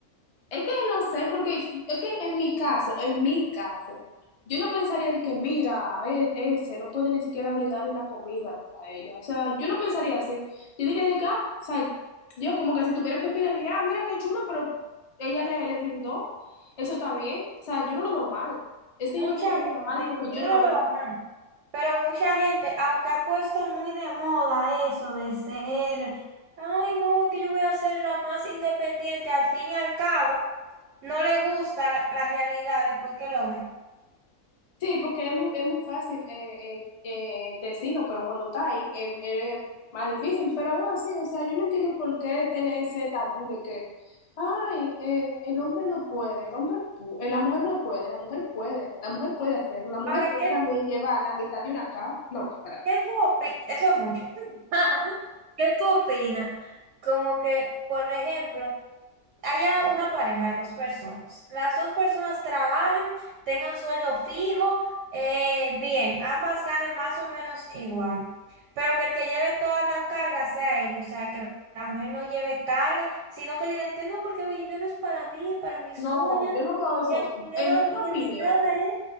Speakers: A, on the left; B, on the right.
A: Es que no sé, porque es que en mi caso, en mi caso, yo no pensaría de que, mira, e- ese no puede ni siquiera brindar una comida para ella. O sea, yo no pensaría así. Yo diría de que, ah, o sea, yo como que si tuviera que opinar, diría, ah, mira qué chulo, pero ella le, le brindó. Eso está bien. O sea, yo no lo veo mal. Es
B: Mucha
A: que yo no pensaría
B: gente,
A: mal porque
B: yo
A: yo no
B: no
A: lo
B: lo
A: veo
B: veo mal,
A: mal.
B: pero mucha gente, aunque ha puesto muy de moda eso de ser, ay no, es que yo voy a ser la más independiente, al fin y al cabo, no le gusta la, la realidad después que lo ve.
A: Sí, porque es muy, es muy fácil eh, eh, eh, decirlo, pero cuando está ahí em- es más difícil. Pero aún así, o sea, yo no entiendo por qué tener ese tabú de que, ay, eh, el hombre no puede, el hombre pu- eh, la mujer no puede, la mujer puede, la mujer puede hacerlo, la mujer
B: Ahora,
A: puede
B: ¿qué,
A: también llevar la mitad de una casa. No, espera.
B: qué tú opinas? Eso es mucho. <laughs> ¿Qué tú opinas? Como que, por ejemplo, haya una pareja de dos personas. Las dos personas trabajen, tengan sueldo fijo, eh, bien, ambas ganen más o menos igual. Pero que el que lleve toda la carga sea él, o sea, que la mujer no lleve carga, sino que diga de que no, porque mi dinero es para mí, para mis
A: No,
B: uñas,
A: yo no veo eso
B: y el
A: bien.
B: dinero,
A: En mi
B: y
A: opinión,
B: el dinero de él.